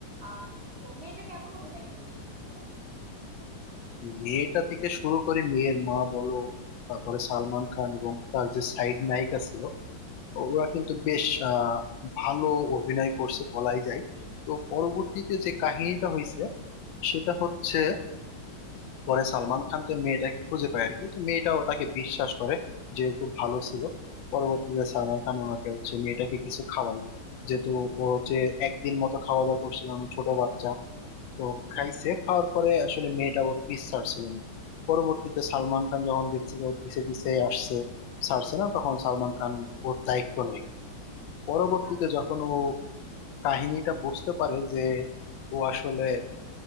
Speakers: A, on the right; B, on the left.
A: আহ তো মেয়েটা কেমন অভিনয় করেছিল মুভিতে
B: মেয়েটা থেকে শুরু করে মেয়ের মা বলো তারপরে সালমান খান এবং তার যে সাইড নায়িকা ছিল ওরা কিন্তু বেশ আহ, ভালো অভিনয় করছে বলাই যায় তো পরবর্তীতে যে কাহিনীটা হয়েছে সেটা হচ্ছে পরে সালমান খান তো মেয়েটাকে খুঁজে পায় আর কি তো মেয়েটাও তাকে বিশ্বাস করে যেহেতু ভালো ছিল পরবর্তীতে সালমান খান ওনাকে হচ্ছে মেয়েটাকে কিছু খাওয়ায় যেহেতু ও হচ্ছে একদিন মতো খাওয়া দাওয়া করছিল ও ছোট বাচ্চা তো খাইছে খাওয়ার পরে আসলে মেয়েটা ওর পিস ছাড়ছিল না পরবর্তীতে সালমান খান যখন দেখছে যে ও পিছে পিছে আসছে ছাড়ছে না তখন সালমান খান ওর দায়িত্ব নেয় পরবর্তীতে
A: বাহ
B: যখন ও কাহিনীটা বুঝতে পারে যে ও আসলে